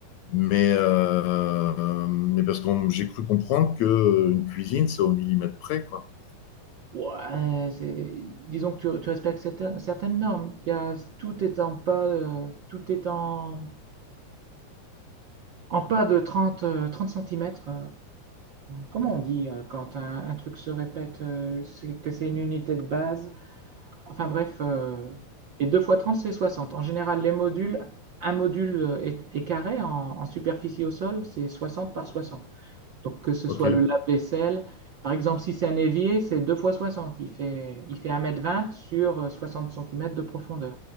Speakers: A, on the left (about 70°); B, on the right (about 50°).
A: mais, euh, mais parce que j'ai cru comprendre que euh, une cuisine, c'est au millimètre près, quoi.
B: Ouais, c'est, disons que tu, tu respectes certaines, certaines normes. Il y a- tout est en pas, euh, tout est en, en pas de 30, euh, 30 cm. comment on dit euh, quand un, un truc se répète, euh, c'est- que c'est une unité de base? Enfin bref, euh, et 2 fois 30 c'est 60. En général, les modules, un module euh, est, est carré en, en superficie au sol, c'est 60 par 60. Donc que ce
A: Ok,
B: soit le lave-vaisselle, par exemple, si c'est un évier, c'est 2 fois 60. Il fait, il fait un mètre vingt sur euh, 60 centimètres de profondeur.